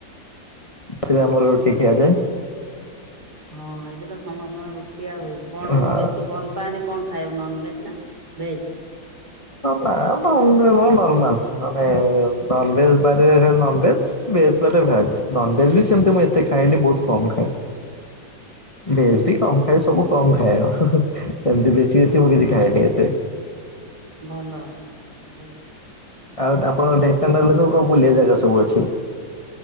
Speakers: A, on the left; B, on the right.
A: ସେଥିରେ ଆମର ରୁଟି ଖିଆଯାଏ।
B: ହଁ ଏବେ ତ ସମସ୍ତଙ୍କ ରୁଟି ଆଉ କଣ
A: ହଁ
B: ବେଶୀ <unintelligible> ଭଲ୍ ପାଆନ୍ତି କଣ ଖାଇବାକୁ ନନ୍ ଭେଜ ନା ଭେଜ୍?
A: ନା ନର୍ମାଲ୍ ମାନେ ନନ୍ଭେଜ୍ ବାରିରେ ଖାଇବି ନନ୍ଭେଜ୍ ଭେଜ୍ ବାରିରେ ଭାଜ୍ ନନ୍ଭେଜ୍ ବି ସେମ୍ତି ମୁଁ ଏତେ ଖାଏନି ବହୁତ୍ କମ୍ ଖାଏ। ଭେଜ୍ ବି କମ୍ ଖାଏ ସବୁ କମ୍ ଖାଏ ହୁ-ହୁ ଆଉ ଏମ୍ତି ବେଶୀ <unintelligible>
B: ଓହୋ
A: ମୁଁ କିଛି ଖଇନି ଏତେ।
B: ଭଲ ଭେଜ୍।
A: ଆଉ ଆପଣଙ୍କର ଢେଙ୍କାନାଳରେ ସବୁ କଣ ବୁଲିଆ ଜାଗା ସବୁ ଅଛି?